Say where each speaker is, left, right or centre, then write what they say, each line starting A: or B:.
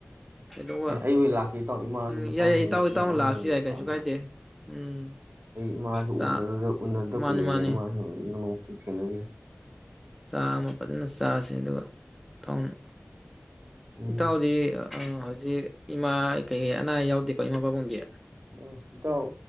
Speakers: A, in the centre; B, on the right.
A: ꯑꯗꯨꯒ
B: ꯑꯩꯑꯣꯏꯂꯥꯛ ꯏꯇꯥꯎ ꯏꯃꯥꯁꯨ
A: ꯎꯝ
B: ꯃꯆꯥ
A: ꯌꯥꯏ ꯌꯥꯏ
B: ꯍꯪꯕ
A: ꯏꯇꯥꯎ
B: <unintelligible>
A: ꯏꯇꯥꯎꯅ
B: ꯑꯣꯏ
A: ꯂꯥꯛꯑꯁꯨ ꯌꯥꯏ ꯀꯩꯁꯨ
B: ꯂꯥꯛꯒꯦ
A: ꯀꯥꯏꯗꯦ ꯎꯝ
B: ꯑꯩ ꯏꯃꯥꯁꯨ
A: ꯆꯥ
B: ꯎꯗ ꯎꯅꯗ
A: ꯃꯥꯅꯤ
B: ꯀꯨꯏꯔꯦꯅꯦ
A: ꯃꯥꯅꯤ
B: ꯏꯃꯥꯁꯨ ꯅꯣꯡꯃꯇ ꯊꯦꯡꯅꯗꯦ
A: ꯆꯥꯛ ꯑꯃ ꯐꯖꯅ ꯆꯥꯁꯤ ꯑꯗꯨꯒ <unintelligible>
B: ꯎꯝ
A: ꯏꯇꯥꯎꯗꯤ ꯑ ꯍꯧꯖꯤꯛ ꯏꯃꯥ ꯀꯩꯀꯩ ꯑꯅꯥ ꯑꯌꯦꯛ ꯌꯥꯎꯗꯦꯀꯣ ꯏꯃꯥ ꯄꯥꯕꯨꯡꯗꯤ
B: ꯑꯣ ꯏꯇꯥꯎ